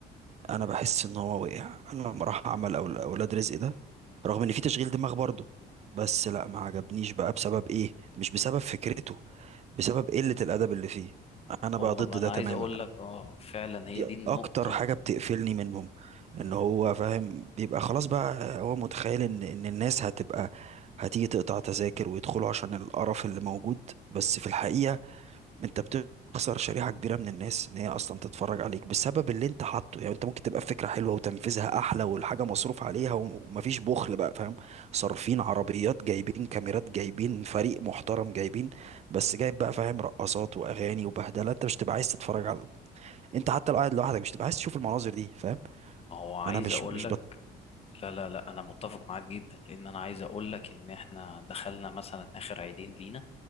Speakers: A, on the right; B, on the left.
A: انا بحس ان هو وقع لما راح عمل أول اولاد رزق ده رغم ان في تشغيل دماغ برضه بس لا ما عجبنيش بقى بسبب ايه مش بسبب فكرته بسبب قله الادب اللي فيه انا
B: هو
A: بقى ضد
B: ما
A: ده
B: انا
A: تماما
B: عايز اقول لك اه فعلا
A: دي
B: هي دي النقطه
A: اكتر حاجه بتقفلني منهم
B: مم.
A: ان هو فاهم بيبقى خلاص بقى هو متخيل ان ان الناس هتبقى هتيجي تقطع تذاكر ويدخلوا عشان القرف اللي موجود بس في الحقيقه انت بتخسر شريحة كبيرة من الناس ان هي اصلا تتفرج عليك بسبب اللي انت حاطه يعني انت ممكن تبقى فكرة حلوة وتنفيذها احلى والحاجة مصروف عليها وم- ومفيش بخل بقى فاهم صارفين عربيات جايبين كاميرات جايبين فريق محترم جايبين بس جايب بقى فاهم رقصات واغاني وبهدلة انت مش تبقى عايز تتفرج على انت حتى لو قاعد لوحدك مش تبقى عايز تشوف المناظر دي فاهم
B: ما هو عايز
A: انا مش
B: اقول
A: مش
B: لك
A: بط...
B: لا لا لا انا متفق معاك جدا لان انا عايز اقول لك ان احنا دخلنا مثلا اخر عيدين لينا